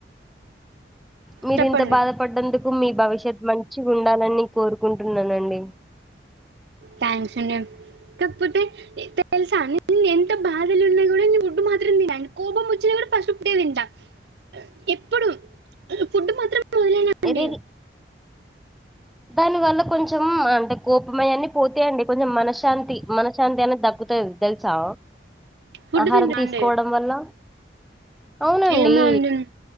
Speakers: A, in the centre; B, on the right.
A: మీరింత
B: చెప్పండి
A: బాధపడ్డందుకు మీ భవిష్యత్ మంచి ఉండాలని కోరుకుంటున్నానండి
B: థ్యాంక్స్ అండి కాకపోతే తెలుసా నేను ఎంత బాధలో ఉన్నా కూడా నేను ఫుడ్డు మాత్రం తింటాను కోపం వచ్చినా కూడా ఫస్ట్ పూట్టే తింటాను ఎప్పుడు ఫుడ్ మాత్రం వదిలేనండి
A: ఏది దానివల్ల కొంచెం అంటే కోపమయాన్ని పోత అండి కొంచెం మనశాంతి మనశాంతి అనేది దక్కుతది తెలు సా
B: ఫుడ్
A: ఆహారం
B: తింటా
A: తీసుకోవడం
B: అండి
A: వల్ల అవునండి
B: ఏమో అండి